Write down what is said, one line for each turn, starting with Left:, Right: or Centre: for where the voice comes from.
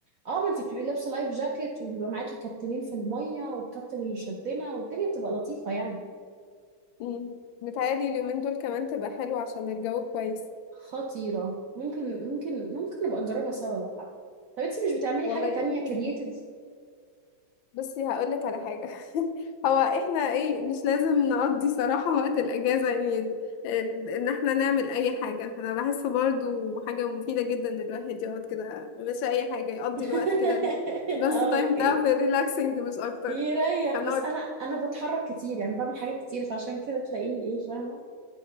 Right: اه ما انت بتبقي لابسه لايف جاكيت وبيبقى معاكي كابتنين في الميه والكابتن اللي شدنا والدنيا بتبقى لطيفه يعني
Left: مم. متهيألي اليومين دول كمان تبقى حلوة عشان الجو كويس
Right: خطيرة ممكن ممكن ممكن نبقى نجربها سوا لو حابة طب انتي مش بتعملي
Left: والله
Right: حاجة تانية
Left: يمكن
Right: كرييتيف
Left: يكون- بصي هقولك على حاجة <laughs> هو احنا ايه مش لازم نقضي صراحة وقت الأجازة يعني ال- ان احنا نعمل اي حاجة انا بحس برضو حاجة مفيدة جدا ان الواحد يقعد كده مش اي حاجة يقضي
Right: <laughs>
Left: الوقت كده ال- بس
Right: اه
Left: تايم
Right: اوكي
Left: بتاعه في الريلاكسنج مش اكتر
Right: يريح
Left: هنقعد
Right: بس انا انا بتحرك كتير يعني بعمل حاجات كتير فعشان كده تلاقيني ايه فاهمة